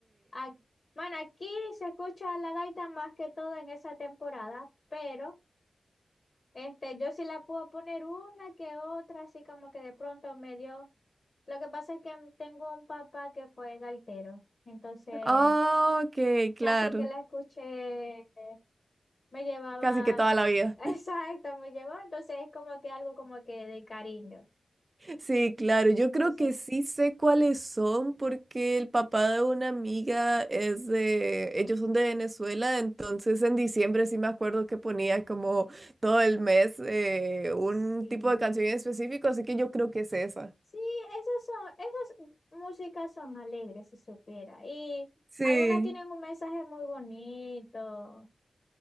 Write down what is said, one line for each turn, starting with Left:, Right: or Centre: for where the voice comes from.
Left: Ac- bueno, aquí se escucha la gaita más que todo en esa temporada, pero este, yo sí la puedo poner una que otra, así como que de pronto me dio. Lo que pasa es que tengo un papá que fue gaitero, entonces
Right: Ah, ok, claro.
Left: casi que la escuché. Me llevaba,
Right: Casi que toda la vida.
Left: <laughs> exacto, me llevó, entonces es como que algo como que de cariño.
Right: Sí, claro. Yo
Left: Entonces,
Right: creo que sí sé cuáles son porque el papá de una amiga es de... Ellos son de Venezuela, entonces en diciembre sí me acuerdo que ponía como todo el mes eh,
Left: sí,
Right: un tipo de canción en específico, así que yo creo que es esa.
Left: sí, esas son, esas músicas son alegres, si supiera. Y
Right: Sí.
Left: algunas tienen un mensaje muy bonito.